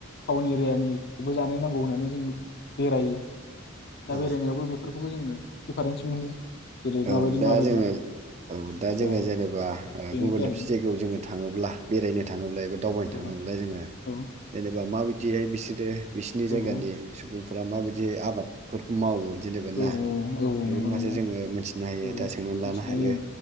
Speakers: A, on the left (about 50°); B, on the right (about 30°).
A: टाउन एरियानिखोबो जानाय नांगौ होननानै जों बेरायो दा
B: औ
A: बेरायनायावबो बेफोरखौबो जोङो दिफारेन्स मोनो। जेरै
B: औ
A: माबायदि
B: दा
A: माबायदि
B: जोङो औ दा जोङो
A: औ
B: जेनेबा ओ
A: बेनोखि
B: गुबुन
A: आरो
B: दाबसे जायगायाव जोङो थाङोब्ला बेरायनो थाङोब्ला एबा दावबायनो
A: औ
B: थाङोब्ला जोंङो
A: औ
B: जेनोबा मा माबायदिहाय बिसोरो बिसिनि
A: औ
B: जायगानि
A: औ
B: सुबुं फोरा माबायदि आबाद फोरखौ मावो जेनेबा ना
A: औ औ
B: बेफोरनि
A: नंगौ
B: फारसे
A: नंगौ
B: जोङो मिनथि
A: औ
B: दा सोंनानै लानो
A: मिथिनाय
B: हायो